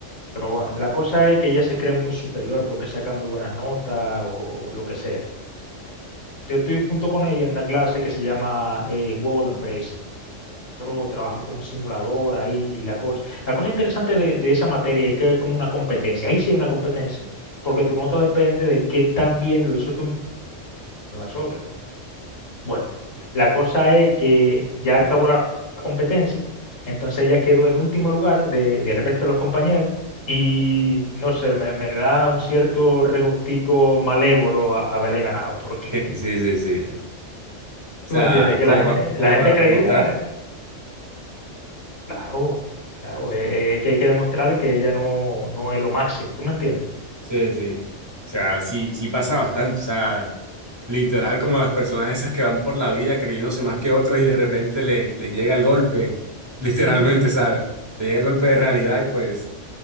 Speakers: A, on the left; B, on the right.
A: Pero bueno, la cosa es que ella se cree muy superior porque saca muy buenas notas o lo que sea. Yo estoy junto con ella en una clase que se llama eh, Juego de Empresa. Nosotros trabajamos con un simulador ahí y la cosa. La cosa interesante de, de esa materia es que es como una competencia. Ahí sí hay una competencia porque tu nota depende de qué tan bien lo hizo tú con las otras. Bueno, la cosa es que ya acabó la competencia, entonces ella quedó en último lugar de- del resto de los compañeros y no sé, me, me da un cierto regustico malévolo a- haberle ganado, porque
B: <laughs> sí, sí, sí, sí. O sea,
A: tú me entiendes, que
B: como,
A: la gente,
B: pa- como
A: la gente
B: para
A: creía,
B: mostrar,
A: eh, claro, claro, eh, eh, que hay que demostrarle que ella no, no es lo máximo, ¿tú me entiendes?
B: sí, sí. O sea, sí, sí pasa bastante, o sea. Literal, como las personas esas que van por la vida creyéndose más que otros y de repente les, les llega el golpe, <laughs> literalmente,
A: Ujú,
B: ¿sabes? Les llega el golpe de realidad y pues